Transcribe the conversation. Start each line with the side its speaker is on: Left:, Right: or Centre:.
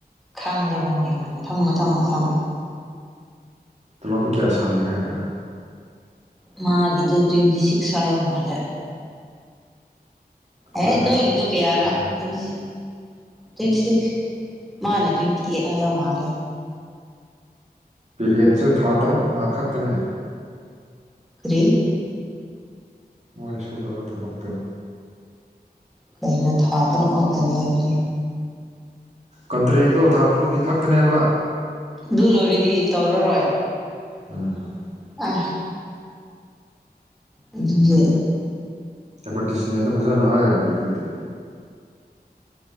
Centre: ꯈꯥꯡꯗꯕꯣꯏꯅ ꯃꯊꯪ ꯃꯊꯪ ꯃꯊꯪ
Right: ꯇꯣꯂꯞꯇꯨ ꯀꯌꯥ ꯁꯥꯡꯉꯦ ꯍꯥꯏꯕ꯭ꯔꯥ
Centre: ꯃꯥꯒꯤꯗꯣ ꯇ꯭ꯋꯦꯟꯇꯤ ꯁꯤꯛꯁ ꯍꯥꯏꯕ ꯃꯥꯜꯂꯦ
Right: ꯑꯩꯈꯣꯏꯒ
Centre: ꯍꯦ ꯅꯣꯏꯒꯤꯗꯣ
Right: ꯆꯞ
Centre: ꯀꯌꯥꯔꯥ
Right: ꯃꯥꯟꯅꯒꯅꯤ
Centre: ꯇ꯭ꯋꯦꯟꯇꯤ ꯇ꯭ꯋꯦꯟꯇꯤ ꯁꯤꯛꯁ ꯃꯥꯅ ꯇ꯭ꯋꯦꯟꯇꯤ ꯑꯩꯠ ꯍꯥꯏꯌꯣ ꯃꯥꯜꯂꯦ
Right: ꯄꯦꯔꯤꯌꯦꯠꯁ ꯊꯥ ꯇꯔꯨꯛ ꯉꯥ ꯈꯛꯇꯅꯦ
Centre: ꯔꯤ
Right: ꯃꯣꯏꯅ ꯁꯨꯗꯕ ꯊꯕꯛꯇꯣ
Centre: ꯀꯩꯅꯣ ꯊꯥ ꯇꯔꯨꯛ ꯉꯥꯛꯇꯅꯤ ꯍꯥꯏꯕꯗꯤ
Right: ꯀꯟꯇ꯭ꯔꯦꯛꯇꯣ ꯊꯥ ꯇꯔꯨꯛꯀꯤ ꯈꯛꯇꯅꯦꯕ
Centre: ꯗꯨ ꯂꯣꯏꯔꯗꯤ ꯇꯧꯔꯔꯣꯏ
Right: ꯎꯝ
Centre: ꯑꯥꯏ ꯑꯗꯨꯗꯤ
Right: ꯑꯦꯗꯚꯔꯇꯤꯁꯃꯦꯟꯗ ꯐꯖꯅ ꯍꯥꯏꯕꯦꯔꯤꯗꯨꯗꯤ